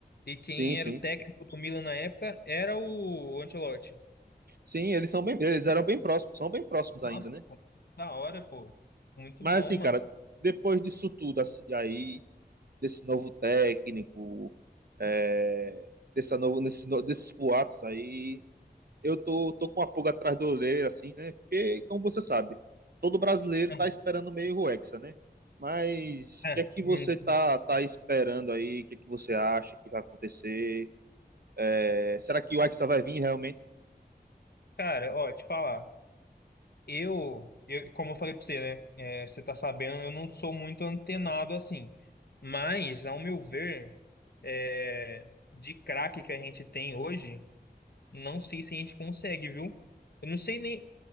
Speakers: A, on the left (about 70°); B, on the right (about 65°).
A: E quem
B: Sim, sim.
A: era o técnico do Milan na época era o Ancelotti.
B: Sim, eles são bem, eles eram bem próximos, são bem próximos
A: Nossa,
B: ainda, né?
A: da hora, pô. Muito
B: Mas
A: bom,
B: assim,
A: mano.
B: cara, depois disso tudo, assim, aí, desse novo técnico, é, dessa novo, nesses, no- desses boatos aí, eu tô, tô com uma pulga atrás da orelha, assim, né? Porque, como você sabe, todo brasileiro
A: É,
B: tá esperando meio o Hexa, né? Mas
A: é.
B: o que é que você
A: Hum.
B: tá, tá esperando aí? O que é que você acha que vai acontecer? É, será que o Hexa vai vir realmente?
A: Cara, ó, te falar. Eu, eu, como eu falei pra você, né? é, você tá sabendo, eu não sou muito antenado assim. Mas, ao meu ver, é, de craque que a gente tem hoje, não sei se a gente consegue, viu? Eu não sei nem,